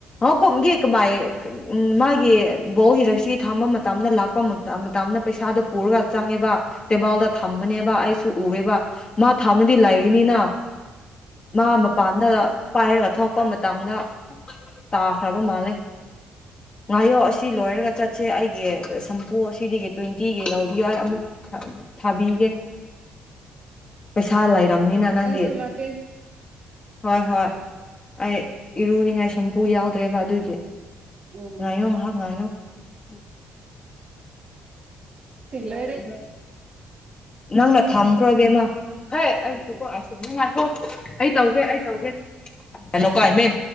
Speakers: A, on the left; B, on the right.
A: ꯀꯣꯝꯒꯦ ꯀꯃꯥꯏ ꯎ ꯃꯥꯒꯤ ꯕꯣꯜꯒꯤ ꯗꯁꯤ ꯊꯥꯝꯕ ꯃꯇꯝꯗ ꯂꯥꯛꯄ ꯃꯇꯝꯗ ꯄꯩꯁꯥꯗꯣ ꯄꯨꯔꯒ ꯆꯪꯉꯦꯕ ꯇꯦꯕꯜꯗ ꯊꯝꯕꯅꯦꯕ ꯑꯩꯁꯨ ꯎꯑꯦꯕ ꯃꯥ ꯊꯅꯗꯤ ꯂꯩꯒꯅꯤꯅ ꯃꯥ ꯃꯄꯥꯟꯗ ꯄꯥꯏꯔꯒ ꯊꯂꯛꯄ ꯃꯇꯝꯗ ꯇꯥꯈ꯭ꯔꯕ ꯃꯥꯜꯂꯦ ꯉꯥꯏꯥꯌꯣ ꯑꯁꯤ ꯂꯣꯏꯔꯒ ꯆꯠꯁꯦ ꯑꯩꯒꯤ ꯁꯝꯄꯨ ꯑꯁꯤꯗꯒꯤ ꯇ꯭ꯋꯦꯟꯇꯤꯒꯤ ꯂꯧꯕꯤ ꯌꯥꯏ ꯑꯃꯨꯛ ꯊꯥꯕꯤꯒꯦ ꯄꯩꯁꯥ ꯂ ꯝꯃꯤꯅ ꯅꯪꯒꯦ
B: ꯑꯩꯁꯨ ꯂꯥꯛꯀꯦ
A: ꯍꯣꯏ ꯍꯣꯏ ꯑꯩ ꯏꯔꯨꯅꯤꯡꯉꯥꯏ ꯁꯨꯝꯄꯨ ꯌꯥꯎꯗ꯭ꯔꯦꯕ ꯑꯗꯨꯒꯤ
B: ꯑꯣ
A: ꯉꯥꯏꯣꯍ ꯉꯌꯣ ꯎꯝ
B: ꯀꯩ
A: ꯀꯌꯥ
B: ꯂꯣꯏꯔꯦ
A: ꯑꯣꯏ ꯅꯪꯅ ꯊꯝꯈ꯭ꯔꯣ ꯏꯕꯦꯝꯃ ꯍꯥꯏ ꯑ
B: ꯎꯝ
A: ꯀ
B: ꯎꯝ
A: ꯀꯣ ꯑꯁ ꯉꯅꯥꯈꯣ ꯑꯩ ꯇꯧꯒꯦ ꯑꯩ ꯇꯧꯒꯦ ꯂ ꯀꯥꯏꯃꯦꯟ